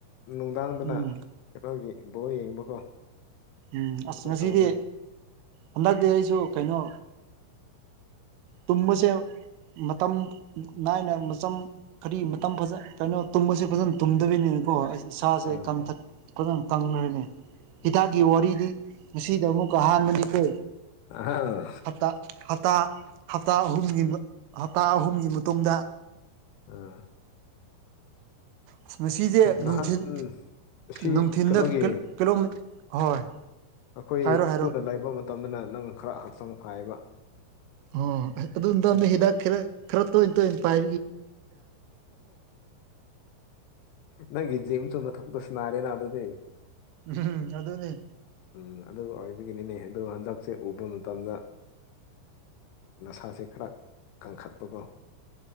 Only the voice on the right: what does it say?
ꯎꯝ
ꯎꯝ
ꯑꯁ ꯉꯁꯤꯗꯤ
ꯍꯟꯗꯛꯇꯤ ꯑꯩꯁꯨ ꯀꯩꯅꯣ ꯇꯃꯁꯦ ꯃꯇꯝ ꯅꯥꯏꯅ ꯃꯇꯝ ꯈꯔꯤ ꯃꯇꯝ ꯐꯖ ꯀꯩꯅꯣ ꯇꯨꯝꯕꯁꯦ ꯐꯖꯅ ꯇꯨꯝꯗꯕꯤꯅꯤꯅ ꯀꯣ ꯑꯩ ꯏꯁꯥꯁꯦ
ꯀꯊꯇꯪ ꯀꯪꯈ꯭ꯔꯅꯤ ꯍꯤꯗꯥꯛꯀꯤ
ꯋꯥꯔꯤꯗꯤ ꯉꯁꯤꯗ ꯑꯃꯨꯛꯀ ꯑꯍꯥꯟꯕꯅꯤꯀꯣ
ꯍꯞꯇꯥ ꯍꯞꯇꯥ ꯍꯞꯇꯥ ꯑꯍꯨꯝꯒꯤ ꯍꯞꯇꯥ ꯑꯍꯨꯝꯒꯤ ꯃꯇꯨꯡꯗ
ꯑ ꯃꯁꯤꯁꯦ ꯅꯨꯡꯊꯤꯤꯟ
ꯅꯨꯡꯊꯤꯤꯟꯗ
ꯀꯤꯂꯣ ꯍꯣꯏ
ꯍꯥꯏꯔꯣ ꯍꯥꯏꯔꯣ
ꯑꯣ
ꯑꯗꯨ ꯍꯤꯗꯥꯛ ꯈꯔ ꯈꯔ ꯇ ꯇ ꯄꯥꯏ
ꯎꯝ ꯑꯗꯨꯗꯅꯦ